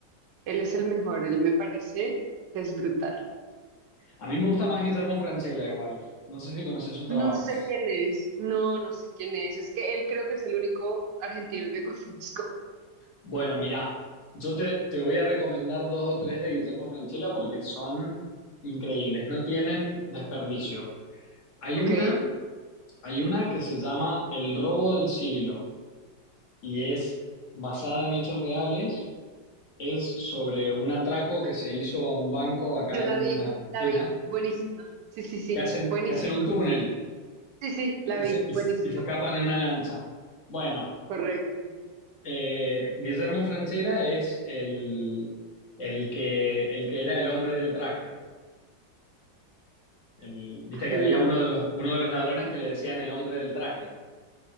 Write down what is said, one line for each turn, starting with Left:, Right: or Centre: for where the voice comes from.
Right: Él es el mejor. Él me parece que es brutal.
Left: A mí me gusta más Guillermo Francella igual. No sé si conoces su trabajo.
Right: No sé quién es. No, no sé quién es. Es que él creo que es el único argentino que <laughs> conozco.
Left: Bueno, mirá, yo te, te voy a recomendar dos o tres de Guillermo Francella porque son increíbles, no tienen desperdicio. Hay
Right: Ok.
Left: una, hay una que se llama El robo del siglo y es basada en hechos reales, es sobre un atraco que se hizo a un banco acá
Right: Yo
Left: en
Right: la vi,
Left: Argentina,
Right: la vi. Buenísima. Sí, sí, sí.
Left: que hacen,
Right: Buenísima.
Left: que hacen un túnel
Right: Sí, sí, la
Left: y
Right: vi.
Left: se, y
Right: Buenísima.
Left: se- y se escapan en una lancha. Bueno,
Right: Correcto.
Left: eh, Guillermo Francella es el, el que, el que era el hombre del traje. El- viste
Right: Ay,
Left: que había
Right: no.
Left: uno de los, uno de los ladrones que le decían el hombre del traje.